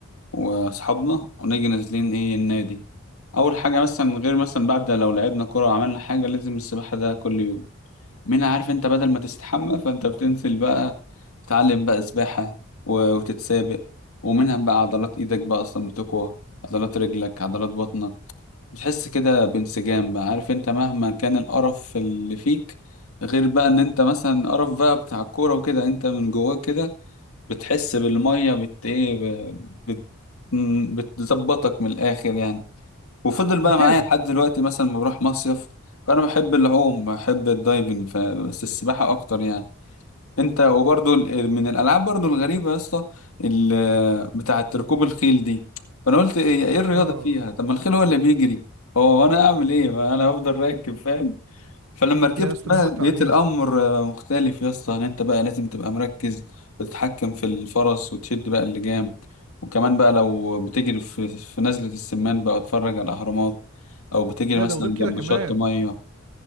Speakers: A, on the left; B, on the right.
A: واصحابنا ونيجي نازلين ايه النادي اول حاجه مثلا غير مثلا بعد لو لعبنا كوره وعملنا حاجه لازم السباحه ده كل يوم منها عارف انت بدل ما تستحمى فانت بتنزل بقى تتعلم بقى سباحه و- وتتسابق ومنها بقى عضلات ايدك بقى اصلا بتقوى عضلات رجلك عضلات بطنك بتحس كده بانسجام بقى عارف انت مهما كان القرف اللي فيك غير بقى ان انت مثلا قرف بقى بتاع الكورة وكده انت من جواك كده بتحس بالمية بت ايه ب- بت م- بتظبطك من الاخر يعني وفضل بقى
B: بتهدى
A: معايا لحد دلوقتي مثلا ما بروح مصيف فانا بحب العوم بحب الدايفنج ف- بس السباحة اكتر يعني انت وبرضو ال- من الالعاب برضو الغريبه يا اسطى ال- بتاعه ركوب الخيل دي فانا قلت ايه ايه الرياضه
B: اه
A: فيها طب ما الخيل هو اللي بيجري هو وانا اعمل ايه ما انا هفضل راكب فاهم فلما ركبت
B: يا اسطى
A: بقى
B: دي متعه
A: لقيت
B: دي
A: الامر آه، مختلف يا اسطى ان انت بقى لازم تبقى مركز وتتحكم في الفرس وتشد بقى اللجام وكمان بقى لو بتجري في في نزله السمان بقى اتفرج على الاهرامات او بتجري
B: لا
A: مثلا
B: ده وغير كده
A: جنب
B: كمان
A: شط ميه